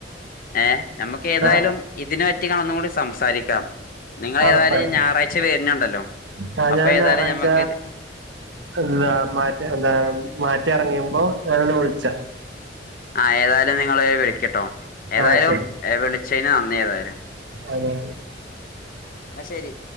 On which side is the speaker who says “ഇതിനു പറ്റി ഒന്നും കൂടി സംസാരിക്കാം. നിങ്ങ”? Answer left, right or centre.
Left